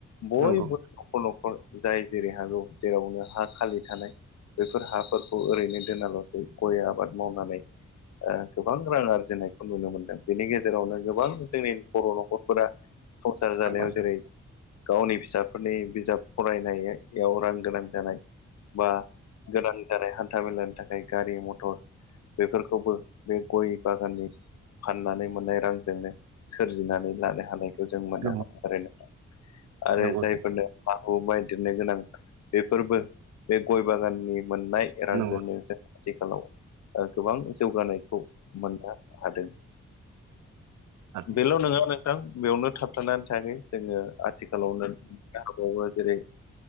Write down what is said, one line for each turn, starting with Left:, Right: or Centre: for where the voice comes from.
Left: बयबो
Right: नंगौ
Left: न'खर न'खर जाय जेरै हागौ जेरावनो हा खालि थानाय बेफोर हाफोरखौ ओरैनो दोनाल'सै गय आबाद मावनानै ओ गोबां रां आरजिनायखौ नुनो मोनदों। बेनि गेजेरावनो गोबां जोंनि बर' न'खरफोरा संसार जानायाव
Right: नंगौ
Left: जेरै,
Right: नोंथां
Left: गावनि फिसाफोरनि बिजाब फरायनायाव रां गोनां जानाय, बा गोनां जानाय हान्था मेलानि थाखाय गारि मथर बेफोरखौबो बे गय बागाननि फाननानै मोननाय रांजोंनो सोरजिनानै लानो हानायखौ जों मोनो
Right: नंगौ
Left: ओरो आरो
Right: नंगौ
Left: जायफोरनो हा हु माइ दोननो गोनां बेफोरबो बे गय बागाननि मोननाय रांजोंनो।
Right: नंगौ
Left: आथिखालाव गोबां जौगानायखौ मोननो हादों।
Right: थारैनो।
Left: बेल' नङा नोंथां। बेयावनो थाबथानानै थायाखै जोङो आथिखालावनो, नुनो हाबावो जेरै,